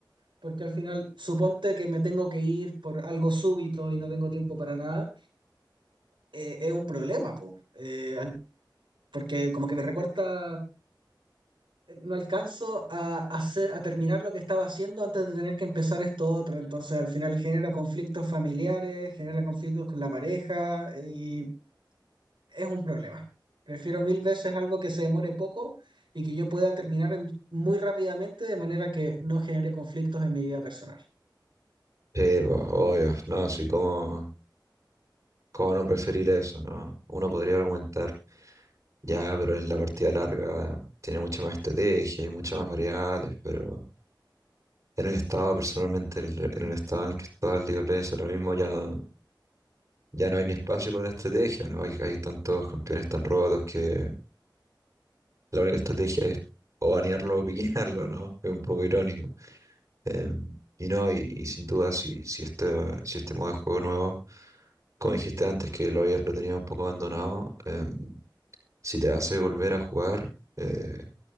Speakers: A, on the right; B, on the right.
A: porque al final, suponte que me tengo que ir por algo súbito y no tengo tiempo para nada, eh, es un problema, po, eh, al- porque como que me recorta no alcanzo a, hacer, a terminar lo que estaba haciendo antes de tener que empezar esto otro. Entonces, al final genera conflictos familiares, genera conflictos con la pareja y es un problema. Prefiero mil veces algo que se demore poco y que yo pueda terminar en- muy rápidamente de manera que no genere conflictos en mi vida personal.
B: sí, pues, obvio, no, sí, ¿cómo, cómo no preferir eso, no? Uno podría argumentar, ya, pero en la partida larga tiene mucha más estrategia, hay muchas más variables, pero En el estado, personalmente, el- en el estado en el que está el LeagueOf Legends ahora mismo, ya no, ya no hay ni espacio para la estrategia, ¿no? Hay, hay tantos campeones tan rotos que la única estrategia es o banearlo o piquearlo, ¿no? Es un poco irónico. Eh, y no, y, y sin duda, si, si este, si este modo de juego nuevo, como dijiste antes, que lo había, lo tenía un poco abandonado, eh, si te hace volver a jugar, eh,